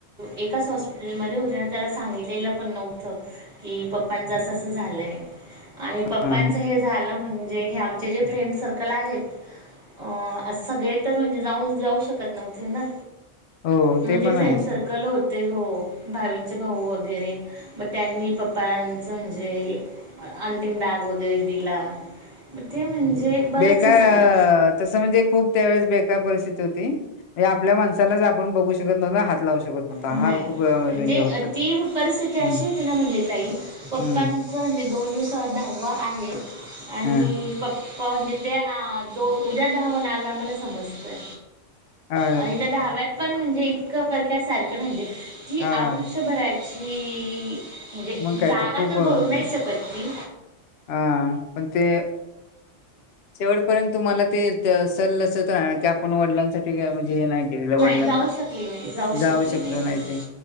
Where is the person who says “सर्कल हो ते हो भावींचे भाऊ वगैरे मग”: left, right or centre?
Right